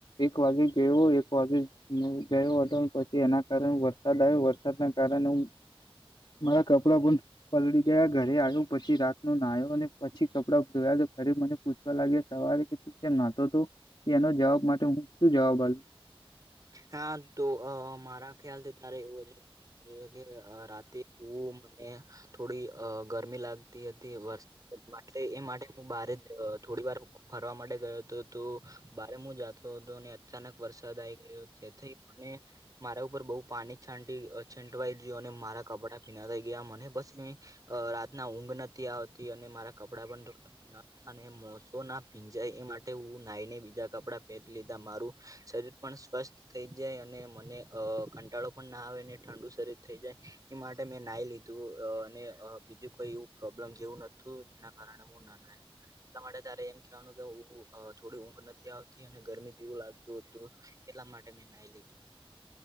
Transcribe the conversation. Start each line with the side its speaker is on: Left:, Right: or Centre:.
Left: એક વાગે ગયોયો ગયો હતો પછી એના કારણે વરસાદ આવ્યો વરસાદના કારણે હુ મારા કપડા પણ પલળી ગયા ઘરે આવ્યો પછી રાતનો નાહ્યો અને પછી કપડાં ધોયા તો ઘરે મને પૂછવા લાગ્યા સવારે કે જેમ, નાતો તો એનો જવાબ માટે હુ શુ જવાબલુ
Right: હા તો મારા ખ્યાલથી ત્યારે એવો છે. જે કે અ રાતે ઓ એ થોડી અ ગરમી લાગ હતી વરસાદ એ માટે હું બારે જ થોડી વાર ફરવા માટે ગયો હતો. તો બારે હું જતો હતો અને અચાનક વરસાદ આ ગયો જેથી. મારા ઉપર બઉુ પાણી છાંટી છંટવાઈ ગયું અને મારા કપડાં પીના. ગયા મને પછી રાતના ઊંઘ નથી આવતી અને મારા કપડા પણો. મોસો ના પીંજાય એ માટે હું નાઈને બીજા કપડા પહેરી લીધા મારું શરીર. પણ સ્વસ્થ થઈ જાય અને મને અ કંટાળો પણ ના આવે ને ઠંડુ શરીર થઈ જાય. એ માટે મેં નાઈ લીધું અને બીજું કોઈ એવું પ્રોબ્લમ જેવું નતું જેના કારણે ના ના. એટલા માટે તારે એમ કેવાનું કે થોડી ઊંઘ નથી આવતી અને ગરમી જેવું લાગતું હતું. એટલા માટે મેં ન લીધું.